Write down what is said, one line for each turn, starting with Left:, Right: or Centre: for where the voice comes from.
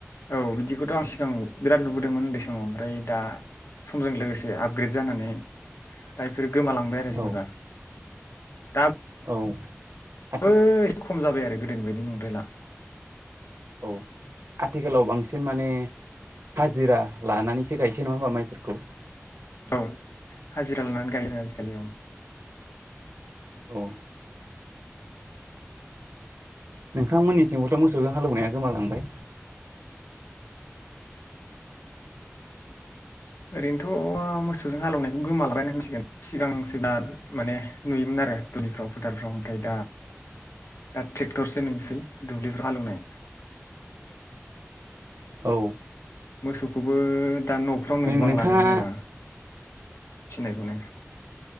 Left: औ बिदिखौथ' आं सिगां बिराद नुबोदोंमोन उन्दै समाव ओमफ्राय दा समजों लोगोसे आपग्रेड जानानै दा इफोर गोमालांबाय आरो जेनेबा
Right: औ
Left: दा
Right: औ आथि
Left: बै खम जाबाय आरो गोदोनि बायदि नंद्रायला।
Right: औ आथिखालाव बांसिन माने हाजिरा लानानैसो गायसै नङा होमबा माइफोरखौ?
Left: औ हाजिरा लनानै गायोनो आजिखालि औ।
Right: औ नोंथांमोननि थिंबोथ' मोसौजों हालौवनाया गोमालांबाय
Left: ओरैनोथ' मोसौजों हालेवनायखौ गोमालाबायनसै गोन सिगां <unintelligible> माने नुयोमोन आरो दुब्लिफ्राव फोथारफ्राव ओमफ्राय दा दा ट्रेक्टरसो नुयोसै दुब्लिफ्राव हालौवनाय
Right: औ
Left: मोसौखौबो दा न'फ्राव नुबां
Right: नोंथाङा
Left: लानो जेनेबा फिनायखौनो